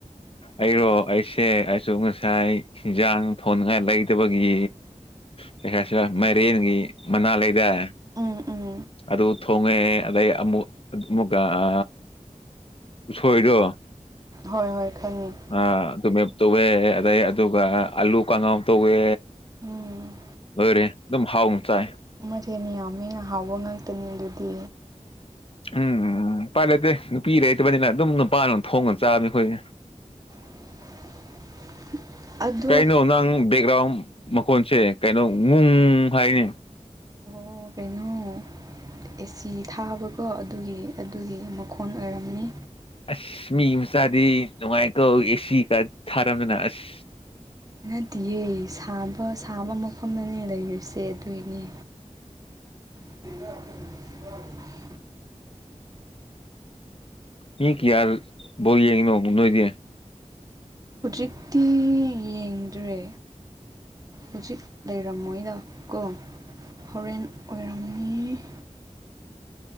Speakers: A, on the left; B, on the right.
A: ꯑꯩꯔꯣ ꯑꯩꯁꯦ ꯑꯩꯁꯨ ꯉꯁꯥꯏ ꯍꯦꯟꯖꯥꯡ ꯊꯣꯟꯉꯥꯏ ꯂꯩꯇꯕꯒꯤ ꯀꯩ ꯍꯥꯏꯁꯤꯕ ꯃꯥꯏꯔꯦꯟꯒꯤ ꯃꯅꯥ ꯂꯩꯗꯥꯏ
B: ꯎꯝ ꯎꯝ
A: ꯑꯗꯨ ꯊꯣꯉꯦ ꯑꯗꯩ ꯑꯃꯨꯛ ꯑꯃꯨꯛꯀ ꯑ ꯎꯁꯣꯏꯗꯣ
B: ꯍꯣꯏ ꯍꯣꯏ ꯈꯪꯉꯤ
A: ꯑ ꯑꯗꯨꯃꯦꯞ ꯇꯧꯑꯦ ꯑꯗꯩ ꯑꯗꯨꯒ ꯑꯥꯂꯨ ꯀꯥꯡꯉꯥꯎ ꯇꯧꯋꯦ
B: ꯎꯝ
A: ꯂꫭꯏꯔꯦ ꯑꯗꯨꯝ ꯍꯥꯎꯟ ꯆꯥꯏ
B: ꯃꯊꯦꯟ ꯌꯥꯝꯃꯤꯅ ꯍꯥꯎꯕ ꯉꯥꯛꯇꯅꯤ ꯑꯗꯨꯗꯤ
A: ꯎꯝ ꯎꯄꯥꯏ ꯂꯩꯇꯦ ꯅꯨꯄꯤ ꯂꯩꯇꯕꯅꯤꯅ ꯑꯗꯨꯝ ꯅꯨꯄꯥꯅ ꯊꯣꯡꯉꯒ ꯆꯥꯕꯅꯤ ꯑꯩꯈꯣꯏ
B: <inaudible> ꯑꯗꯣ
A: ꯀꯩꯅꯣ ꯅꯪ ꯕꯦꯛꯒ꯭ꯔꯥꯎꯟ ꯃꯈꯣꯟꯁꯦ ꯀꯩꯅꯣ ꯉꯨꯡ ꯍꯥꯏꯅꯦ
B: ꯍꯣ ꯀꯩꯅꯣ ꯑꯦꯁꯤ ꯊꯥꯕꯀꯣ ꯑꯗꯨꯒꯤ ꯑꯗꯨꯒꯤ ꯃꯈꯣꯟ ꯑꯣꯏꯔꯝꯅꯤ
A: ꯑꯁ ꯃꯤ ꯃꯆꯥꯗꯤ ꯅꯨꯡꯉꯥꯏꯀꯣ ꯑꯦꯁꯤꯒ ꯊꯥꯔꯝꯗꯅ ꯑꯁ
B: ꯅꯗꯤꯌꯦ ꯁꯥꯕ ꯁꯥꯕ ꯃꯐꯝꯗꯅꯤ ꯂꯩꯔꯤꯁꯦ ꯑꯗꯨꯒꯤꯅꯦ <inaudible>
A: ꯃꯤ ꯀꯌꯥ ꯕꯣꯜ ꯌꯦꯡꯉꯤꯅꯣ ꯅꯣꯏꯗꯤ
B: ꯍꯧꯖꯤꯛꯇꯤ ꯌꯦꯡꯗ꯭ꯔꯦ ꯍꯧꯖꯤꯛ ꯂꯩꯔꯝꯃꯣꯏꯗ ꯀꯣ ꯍꯣꯔꯦꯟ ꯑꯣꯏꯔꯝꯅꯤ